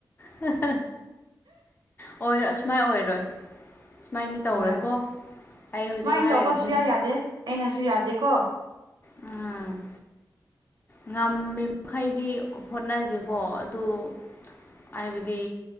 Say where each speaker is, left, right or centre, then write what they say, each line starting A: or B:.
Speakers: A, on the left (about 30°); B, on the right (about 80°).
A: <unintelligible> ꯑꯣꯏꯔꯣꯏ ꯑꯁꯨꯃꯥꯏ ꯑꯣꯏꯔꯣꯏ ꯁꯨꯃꯥꯏꯅꯗꯤ ꯇꯧꯔꯣꯏꯀꯣ
B: ꯍꯣꯏ
A: ꯑꯩ ꯍꯧꯖꯤꯛ
B: ꯁꯨꯃꯥꯏꯅ
A: ꯍꯥꯏꯔꯤꯁꯤꯅꯦ
B: ꯇꯧꯕ ꯁꯨꯌꯥ ꯌꯥꯗꯦ ꯑꯩꯅꯁꯨ ꯌꯥꯗꯦꯀꯣ
A: ꯎꯝ ꯉꯝꯃꯤꯃꯩꯗꯤ ꯍꯣꯠꯅꯒꯦꯀꯣ ꯑꯗꯨ ꯍꯥꯏꯕꯗꯤ